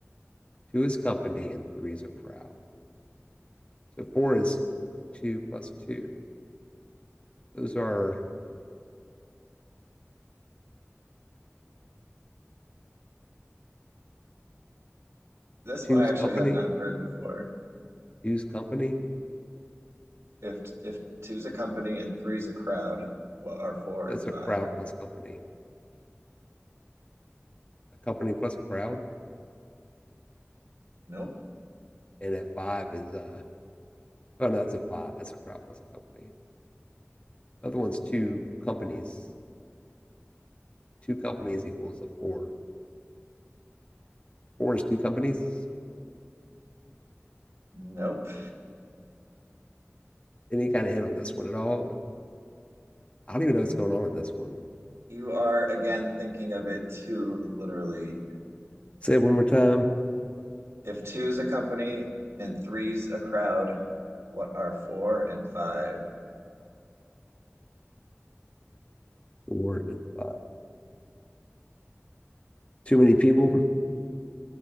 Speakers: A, on the left; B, on the right.
A: two is company and three is a crowd. So four is two plus two. Those are
B: This
A: Two's
B: one I actually
A: company.
B: have not heard before.
A: Two's company.
B: If if two's a company and three's a crowd, what are four
A: That's
B: and five?
A: a crowd plus company. A company plus a crowd.
B: Nope.
A: And at five is uh oh no, that's a five. That's a crowd plus a company. The Other one's two companies. Two companies equals a four. Four is two companies.
B: Nope.
A: Any kind of hint on this one at all? I don't even know what's going on in this one.
B: You are again thinking of it too literally.
A: Say it one more time.
B: If two's a company and three's a crowd, what are four and five?
A: Four and five. Too many people.